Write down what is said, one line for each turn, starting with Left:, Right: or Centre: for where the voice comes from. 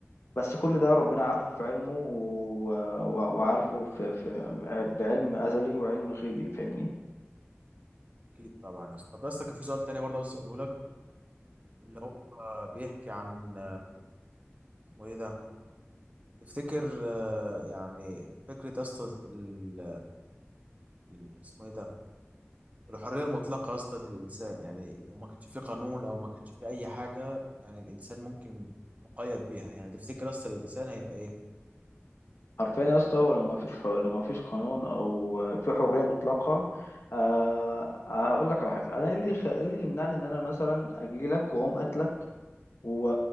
Left: بس كل ده ربنا عارفه في علمه و... و- وعارفه في... في بعلم أزلي وعلم غيبي فاهمني
Right: اكيد طبعا يا اسطى طب يا اسطى كان في سؤال تاني برضه عاوز اساله لك اللي هو بيحكي عن اسمه ايه ده تفتكر آه، يعني فكره يا اسطى ال- ال- اسمه ايه ده الحريه المطلقه يا اسطى للانسان يعني لو ما كانش في قانون او ما كانش في اي حاجه يعني الانسان ممكن مقيد بيها يعني تفتكر يا اسطى الانسان هيبقى ايه
Left: حرفيا يا اسطى هو لو ما فيش لو ما فيش قانون او في حريه مطلقه أه آه، هقول لك على حاجه انا إيه اللي خ- إيه اللي يمنعني ان انا مثلا اجي لك واقوم قاتلك و-